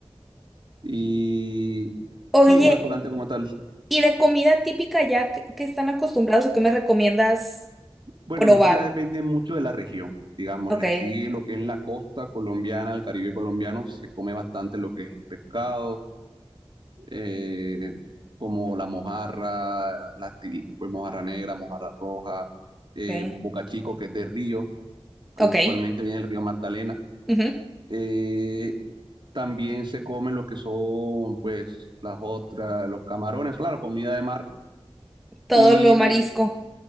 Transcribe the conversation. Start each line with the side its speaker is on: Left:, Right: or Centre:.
Right: Y
Centre: Oye,
Right: sí, un restaurante como tal.
Centre: ¿y de comida típica ya que, que están acostumbrados o qué me recomiendas
Right: Bueno,
Centre: probar?
Right: y eso ya depende mucho de la región. Digamos,
Centre: Ok,
Right: aquí lo que es la costa colombiana, el Caribe colombiano, se come bastante lo que es el pescado eh, como la mojarra, la til- pues, mojarra negra, mojarra roja, eh,
Centre: ok,
Right: bocachico, que es de río, que
Centre: ok.
Right: usualmente viene del río Magdalena.
Centre: ujú.
Right: Eh, también se comen lo que son, pues, las otras, los camarones, claro, comida de mar.
Centre: Todo
Right: Y
Centre: lo marisco.
Right: diga-